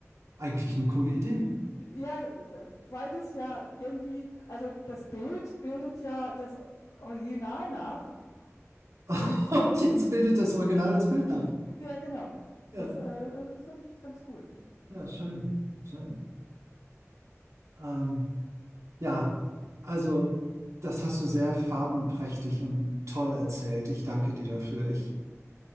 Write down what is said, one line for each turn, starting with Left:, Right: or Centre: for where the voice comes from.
Right: eigentlich eine coole Idee.
Left: Ja, d- weil das ja irgendwie, also das Bild bildet ja das Original nach.
Right: <laughs>
Left: Und
Right: Und jetzt bildet das Original das Bild nach.
Left: ja, genau.
Right: Ja,
Left: Das, äh, das fand ich ganz cool.
Right: ja, schön, schön. Ähm, Ja, also das hast du sehr farbenprächtig und toll erzählt. Ich danke dir dafür. Ich